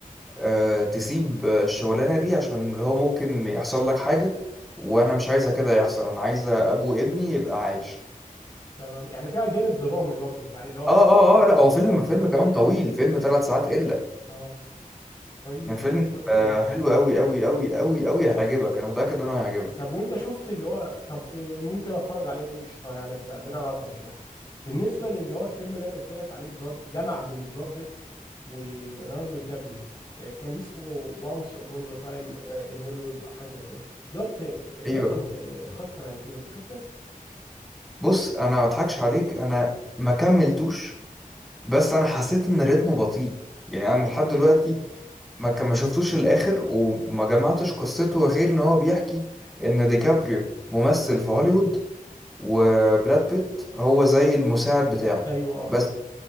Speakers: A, in the centre; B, on the left.
A: أه تسيب الشغلانة دي عشان اللي هو ممكن يحصل لك حاجة وأنا مش عايزة كده يحصل أنا عايزة أبو ابني يبقى عايش
B: تمام يعني فيها جانب درامي برضو يعني اللي هو
A: اه
B: في
A: اه
B: فكرة الأسرة
A: اه لا هو فيلم
B: وكده
A: فيلم كمان طويل فيلم ثلاث ساعات الا
B: اه طيب
A: الفيلم
B: آه، كويس
A: آه، حلو قوي قوي قوي قوي قوي هيعجبك انا متاكد ان هو هيعجبك
B: طب وانت شفت اللي هو طب إيه ممكن اتفرج عليه إيه؟ قشطه يعني ك- بناء على ترشيحك بالنسبه للي هو الفيلم اللي انا قلت لك عليه براد جمع بين براد بيت وليوناردو دي كابريو إيه كان اسمه وانس upon ذا تايم ان هوليوود او حاجه زي كده دوت دوت
A: ايوه
B: إن- إيه، اخراج تارانتينو شفته؟
A: بص انا ما اضحكش عليك انا ما كملتوش بس انا حسيت ان الريتم بطيء يعني انا لحد دلوقتي
B: مم.
A: ما ك- ما شفتوش الاخر وما جمعتش قصته غير ان هو بيحكي ان ديكابريو ممثل في هوليوود وبراد بيت هو زي المساعد بتاعه
B: ايوه اه
A: بس